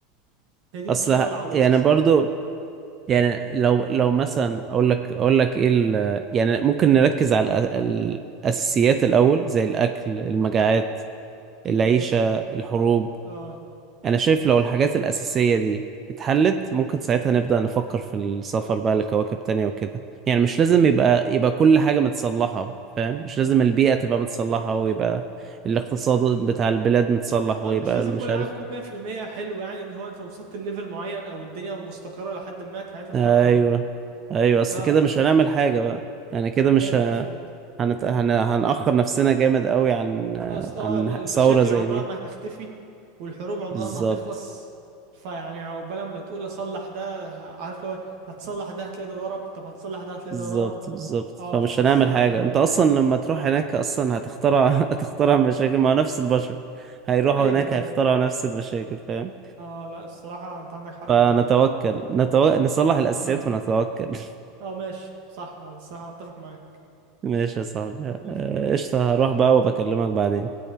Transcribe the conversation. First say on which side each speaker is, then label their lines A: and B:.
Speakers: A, on the right (about 60°); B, on the right (about 25°).
A: هي دي المشكلة
B: اصل ه-
A: العويصة
B: يعني
A: الصراحة
B: برضو يعني لو لو مثلا اقول لك اقول لك ايه ال- يعني ممكن نركز على الأ- الاساسيات الاول زي الاكل المجاعات العيشه
A: ماشي
B: الحروب
A: اه
B: انا شايف لو الحاجات الاساسيه دي اتحلت ممكن ساعتها نبدا نفكر في السفر بقى لكواكب تانية وكده يعني مش لازم
A: <clears throat> مم.
B: يبقى يبقى كل حاجه متصلحه فاهم مش لازم البيئه تبقى متصلحه ويبقى الاقتصاد بتاع البلاد متصلح
A: اه
B: ويبقى
A: مش لازم
B: مش
A: كل
B: عارف
A: حاجة تكون 100% حلوة يعني اللي هو أنت وصلت لليفل معين أو الدنيا مستقرة لحد ما ساعتها تفكر
B: ايوه
A: بقى
B: ايوه اصل
A: اه
B: كده
A: اوكي
B: مش هنعمل حاجه بقى يعني كده مش
A: ايوه
B: ه...
A: أيوة، فهمت
B: هنت... هن... هنأخر نفسنا جامد قوي عن
A: آه، اصل
B: عن
A: آه، المشاكل
B: ثورة زي
A: عمرها
B: دي
A: ما هتختفي والحروب عمرها
B: بالظبط
A: ما هتخلص فيعني عقبال ما تقول اصلح ده ه- عارف لو هتصلح ده هتلاقي ده ضرب طب هتصلح ده هتلاقي
B: بالظبط
A: ده ضرب
B: بالظبط
A: اه
B: فمش
A: فالصراحة
B: هنعمل حاجة
A: يعني،
B: انت اصلا لما تروح
A: اه
B: هناك اصلا هتخترع <laughs> هتخترع مشاكل ما هو نفس البشر هيروحوا
A: ايوه
B: هناك
A: ايوه
B: هيخترعوا نفس المشاكل فاهم
A: اه لا الصراحة انت عندك حق
B: فنتوكل
A: في دي
B: نتو... نصلح الأساسيات
A: اه
B: ونتوكل <laughs>
A: اه ماشي صح الصراحة اتفق معاك
B: ماشي يا صاحبي
A: ماشي
B: آه،
A: يا أخوي.
B: قشطة هروح بقى وبكلمك بعدين